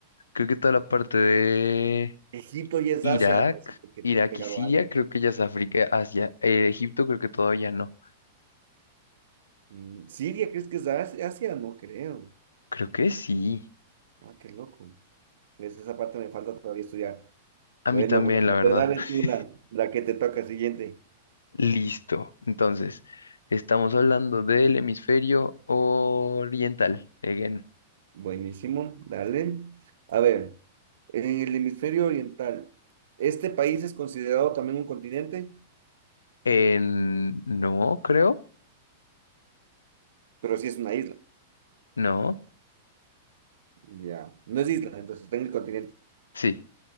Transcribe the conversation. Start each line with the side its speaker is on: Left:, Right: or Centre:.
Left: Creo que toda la parte de
Right: Egipto ya es
Left: Irak,
Right: Asia, no sé que
Left: Irak
Right: estás pegado
Left: y Siria,
Right: a algo. aquí.
Left: creo que ya es África, Asia. Eh, Egipto creo que todavía no.
Right: Mm, ¿Siria crees que es Asia? Asia? No creo.
Left: Creo que sí.
Right: Ah, qué loco. Es esa parte me falta todavía estudiar.
Left: A
Right: Bueno,
Left: mí también,
Right: bueno,
Left: la
Right: a
Left: verdad.
Right: ver, dale
Left: <laughs>
Right: tú la, la que te toca siguiente.
Left: Listo. Entonces, estamos hablando del hemisferio oriental. Again.
Right: Buenísimo, dale. A ver, en el hemisferio oriental, este país es considerado también un continente,
Left: En... No, creo.
Right: pero sí es una isla.
Left: No.
Right: Ya, no es isla, entonces está en el continente.
Left: Sí.